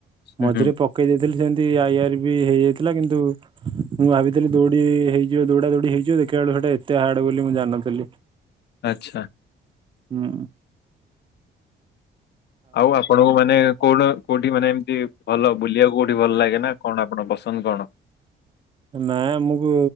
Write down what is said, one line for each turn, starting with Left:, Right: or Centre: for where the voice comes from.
Left: ହୁଁ
Right: ମଝିରେ
Left: ହୁଁ
Right: ପକେଇ ଦେଇଥିଲି ଯେନ୍ତି ଆଇ ଆର ବି ହେଇଯାଇଥିଲା, କିନ୍ତୁ ମୁଁ ଭାବିଥିଲି ଦୌଡି ହେଇଯିବ ଦୌଡା ଦୌଡି ହେଇଯିବ, ଦେଖିବା ବେଳକୁ ସେଇଟା ଏତେ ହାର୍ଡ ବୋଲି ମୁଁ ଜାଣିନଥିଲି।
Left: ଆଚ୍ଛା।
Right: ହୁଁ।
Left: ଆଉ ଆପଣଙ୍କୁ ମାନେ କଣ କୋଉଠି ମାନେ ଏମତି ଭଲ ବୁଲିବାକୁ କୋଉଠି ଭଲ ଲାଗେ ନା, କଣ ଆପଣଙ୍କ ପସନ୍ଦ କଣ?
Right: ନାଇଁ ଆମକୁ